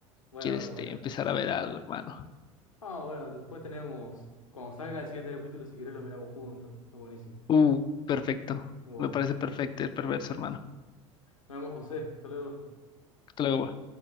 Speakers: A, on the left (about 75°); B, on the left (about 25°).
A: Bueno,
B: quiero, este,
A: bueno.
B: empezar a ver algo, hermano.
A: Ah, bueno, después tenemos. Cuando salga el siguiente capítulo, si querés lo miramos juntos. Es buenísimo.
B: Uh, perfecto.
A: Wow.
B: Me parece perfecto el perverso, hermano.
A: Nos vemos, José. Hasta luego.
B: Hasta luego.